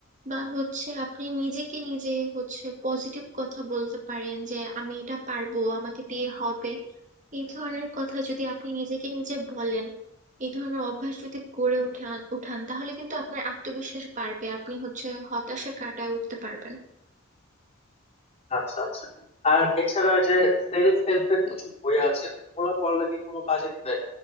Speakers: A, on the right; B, on the left.
A: বা হচ্ছে আপনি নিজেকে নিজে হচ্ছে পজিটিভ কথা বলতে পারেন যে আমি এটা পারবো আমাকে দিয়ে হবে এই ধরনের কথা যদি আপনি নিজেকে নিজে বলেন এই ধরনের অভ্যাস যদি গড়ে উঠান উঠান তাহলে কিন্তু আপনার আত্মবিশ্বাস বাড়বে আপনি হচ্ছে হতাশা কাটায় উঠতে পারবেন
B: আচ্ছা আচ্ছা আর এছাড়া ওই যে সেলফ হেল্পের কিছু বই আছে ওগুলা পড়লে কি কোনো কাজে দিবে